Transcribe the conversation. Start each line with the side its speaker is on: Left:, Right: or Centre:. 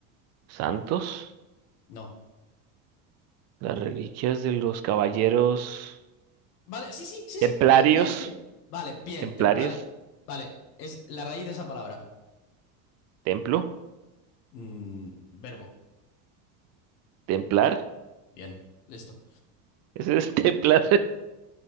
Right: santos,
Left: No.
Right: las reliquias de los caballeros
Left: Vale, sí, sí, sí, sí.
Right: templarios,
Left: Caballeros que. Vale, bien,
Right: templarios.
Left: te- vale. Vale, es la raíz de esa palabra.
Right: ¿Templo?
Left: Mm, verbo.
Right: ¿Templar?
Left: Bien, listo.
Right: Ese es <laughs> templar.